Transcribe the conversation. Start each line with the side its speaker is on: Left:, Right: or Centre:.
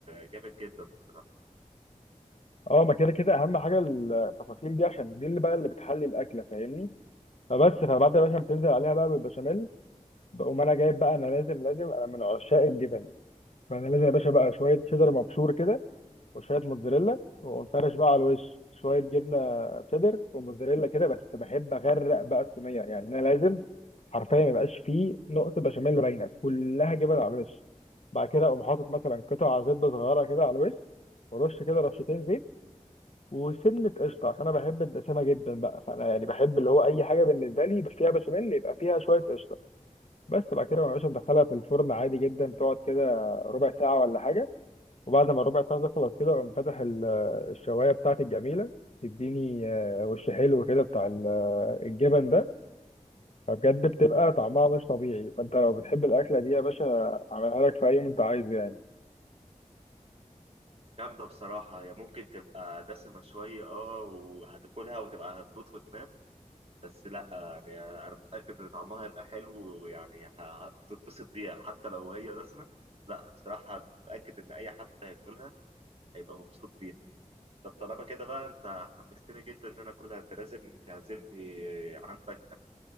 Right: جامد جدا بصراحه
Left: اه ما كده كده اهم حاجه التفاصيل دي عشان دي اللي بقى اللي بتحلي الاكله فاهمني فبس فبعد يا باشا ما بتنزل عليها بقى بالبشاميل بقوم انا جايب بقى انا لازم لازم انا من عشاق الجبن فانا لازم يا باشا بقى شويه شيدر مبشور كده وشويه موتزاريلا وفرش بقى على الوش شويه جبنه شيدر وموتزاريلا كده بس بحب اغرق بقى الصينيه يعني انا لازم حرفيا ما يبقاش فيه نقطه بشاميل باينه كلها جبن على الوش بعد كده اقوم حاطط مثلا قطع زبده صغيره كده على الوش ورش كده رشتين زيت وسنه قشطه عشان انا بحب الدسامه جدا بقى فانا يعني بحب اللي هو اي حاجه بالنسبه لي فيها بشاميل يبقى فيها شويه قشطه بس بعد كده ما بقاش مدخلها في الفرن عادي جدا تقعد كده ربع ساعه ولا حاجه وبعد ما الربع ساعة تخلص كده أقوم فاتح ال- الشواية بتاعتي الجميلة تديني آه، وش حلو كده بتاع ال- الجبن ده فبجد بتبقى طعمها مش طبيعي فأنت لو بتحب الأكلة دي يا باشا أعملها لك في أي يوم أنت عايزه يعني
Right: جامده بصراحه هي ممكن تبقى دسمه شويه اه وهتاكلها وتبقى هتموت وتنام بس لا يعني انا متاكد ان طعمها هيبقى حلو ويعني ه- ه- هتتبسط بيها حتى لو هي دسمه لا بصراحه متاكد ان اي حد هياكلها هيبقى مبسوط بيها طب طالما كده بقى انت حمستني جدا ان انا اكلها انت لازم تعزمني عندك